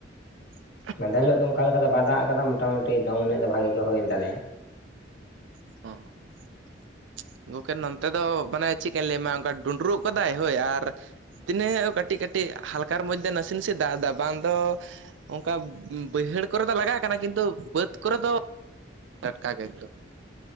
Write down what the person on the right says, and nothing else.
᱾
ᱦᱚᱸ ᱾ ᱜᱚᱝᱠᱮ ᱱᱚᱱᱛᱮ ᱫᱚ ᱢᱟᱱᱮ ᱪᱮᱫ ᱠᱟᱹᱧ ᱞᱟᱹᱭᱟᱢᱟ ᱚᱱᱠᱟ ᱰᱩᱸᱰᱨᱩᱜ ᱠᱟᱫᱟᱭ ᱦᱳᱭ ᱟᱨ ᱛᱤᱱᱟᱹᱜ ᱠᱟᱹᱴᱤᱡ ᱠᱟᱹᱴᱤᱡ ᱦᱟᱞᱠᱟᱨ ᱢᱚᱫᱽᱷᱮ ᱱᱟᱥᱮ ᱱᱟᱥᱮ ᱫᱟᱜ ᱮᱫᱟ ᱵᱟᱝ ᱫᱚ ᱚᱱᱠᱟ ᱵᱟᱹᱭᱦᱟᱹᱲ ᱠᱚᱨᱮ ᱫᱚ ᱞᱟᱜᱟᱜ ᱠᱟᱱᱟ ᱠᱤᱱᱛᱩ ᱵᱟᱹᱫ ᱠᱚᱨᱮ ᱫᱚ ᱴᱟᱴᱠᱟ ᱜᱮ ᱮᱠᱫᱚ ᱾